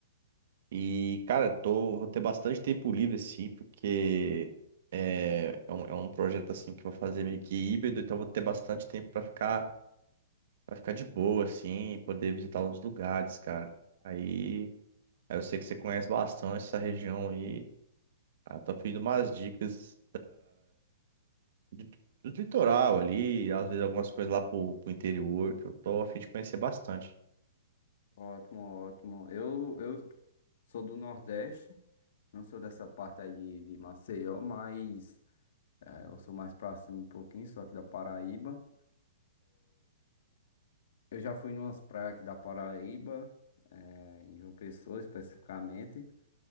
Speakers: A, on the right; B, on the left.
A: E, cara, tô, vou ter bastante tempo livre, assim, porque é, é um, é um projeto, assim, que eu vou fazer meio que híbrido. Então, vou ter bastante tempo pra ficar, pra ficar de boa, assim, e poder visitar uns lugares, cara. Aí, aí eu sei que você conhece bastante essa região aí. Ah, tô pedindo umas dicas do, do litoral ali, às vezes algumas coisas lá pro, pro interior, que eu tô a fim de conhecer bastante.
B: Ótimo, ótimo. Eu, eu sou do Nordeste, não sou dessa parte aí de, de Maceió, mas é, eu sou mais próximo um pouquinho, sou aqui da Paraíba. Eu já fui em umas praias aqui da Paraíba, é, em João Pessoa especificamente,